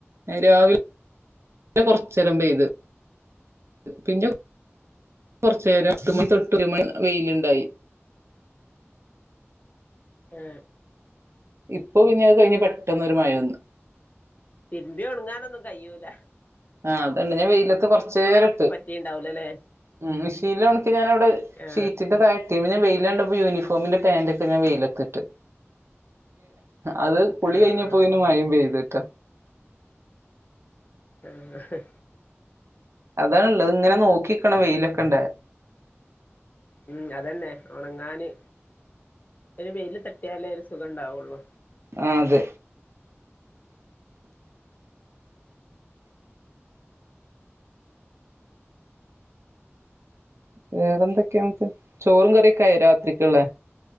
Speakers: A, on the right; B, on the left.
A: രാവിലെ കൊറച്ച് നേരം പെയ്യത്? പിന്നെ ഉ കുറച്ച രം <unintelligible> വെയിലുണ്ടായി?
B: ഏ
A: ഇപ്പൊ പിന്നെ അത് കഴിഞ്ഞ പെട്ടെന്നൊരു മയ വന്ന്?
B: തിരിബിയത് ഒണങ്ങാനൊന്നും കഴൂല
A: ആ അതന്നെ വെയിലത്ത് കൊറച്ച് നേരം ഇട്ടു?
B: പറ്റിണ്ടാവൂലല്ലേ
A: ഉ മിഷ്യണിൽ ഒണക്കി ഞാാനവിടെ
B: ആ
A: ഷിറ്റിന്റെ താഴെ പിന്നെ വെയിൽ എങ്ങന്ട് പോയി <unintelligible> <unintelligible> പാന്റ് ഒക്കേ ഞാൻ വെയിലത്ത്‌ ഇട്ടു? അത് കുളി
B: ആ
A: കഴിഞ്ഞപ്പോ
B: ആ
A: പിന്നെയും മഴയും പെയ്യ്തിട്ടാ?
B: ആഹ്‌
A: അതാണള്ളത് ഇങ്ങനെ നോക്കിക്കണം വെയിലൊക്കെ ഇണ്ട?
B: ഉം അതന്നെ ഉണങ്ങാന് ഒരു വെയില് തട്ടിയാലേ ഒരു സുഖംണ്ടാവുള്ളു?
A: ആ അത് വേറെ എന്തൊക്കെയുണ്ട് ചോറും കറിയൊക്കെ ആയ രാത്രിക്ള്ളെ